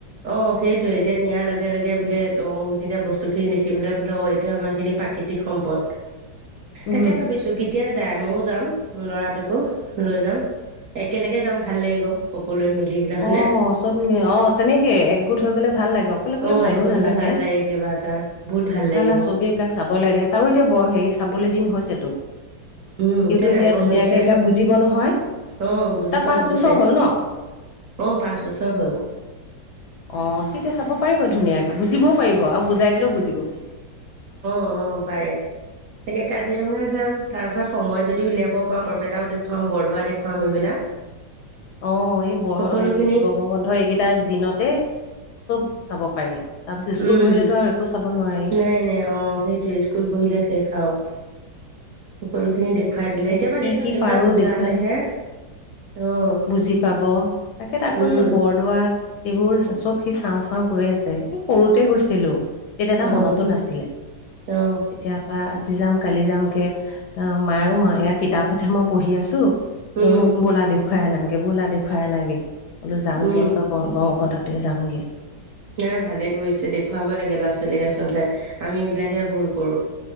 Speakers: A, on the right; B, on the left.
A: অ' সেইটোয়ে এতিয়া নিয়াৰ লগে লগে বোলে অং তিতিয়া বস্তু খিনি দেখি পেলে বোলে অ' এইটো আমাৰ খিনি প্ৰাকৃতিক সম্পদ,
B: উম
A: তাকে ভাবিছো! কেতিয়া যায়? মও যাম, মোৰ লৰাটোকো লৈ যাম, একেলগে যাম ভাল লাগিব। সকলোৱে মিলি পেলাক হয়নে।
B: অ' চব অ' তেনেকে একগোট হৈ গ'লে ভাল লাগে অকলে কলে
A: অ
B: ভালো
A: একগোট
B: নালাগে।
A: হৈ ভাল লাগে কিবা এটা বহুত ভাল লাগিব
B: নাই না চবি এইবিলাক চাব লাগে তাৰো এতিয়া হেৰি চাবলৈ দিন হৈছেতো।
A: উম
B: সতো
A: ডাঙৰ
B: এতিয়া ধুনীয়াকে
A: হৈছে
B: এইবিলাক বুজিব নহয়।
A: অ বুজি
B: তাৰ
A: পোৱা
B: পাঁচ
A: হৈছে
B: বছৰ হ'ল ন।
A: অ পাঁচ বছৰ হ'ল।
B: অঁ তেতিয়া চাব পাৰিব ধুনীয়াকে বুজিবও পাৰিব আৰু বুজাই দিলেও বুজিব সি।
A: অঁ পাৰে তাকে কাজিৰঙা যাম। তাৰপিছত সময় যদি উলিয়াব পাওঁ বৰপেটাও দেখুৱাম বৰদোৱা দেখুৱাম এইবিলাক।
B: অঁ এই ব
A: সকলোখিনি
B: গম বন্ধ এইকেইটা দিনতে চব চাব পাৰি। তাৰপিছত স্কুল
A: উম
B: বহিলেতো আৰু একো চাব নোৱাৰি
A: নাই নাই অঁ সেইটোয়ে স্কুল বহিলে শেষ। আৰু সকলোখিনি দেখুৱাই দিলে
B: কি
A: এতিয়া পৰা দেচোন
B: কি
A: সেইবিলাক
B: পাৰো
A: বুজালেহে
B: দেখুৱাই ন
A: অ
B: বুজি পাব তাকে ত আকৌ
A: উম
B: কইছো বৰদোৱা এইবোৰ চব সি চাওঁ চাওঁ গৈ আছে এই সৰুতে গৈছিলো। তেতি এটা
A: অ
B: মনতো নাছিলে
A: অ
B: তেতিয় পৰা আজি যাম কালি যাম কে অ', মায়ো মা ইয়াৰ কিতাপতহে মই পঢ়ি আছোঁ তই
A: উম
B: মোক বোলা দেখ দেখুৱাই আনাগে, বোলা দেখুৱাই আনাগে, বোলো যাম
A: উম
B: দিয়া এইবাৰ <unintelligible> যামগে।
A: নাই ভালে কৰিছে দেখুৱাব লাগে ল'ৰা ছোৱালীক আচলতে আমি এইবিলাকে ভুল কৰো।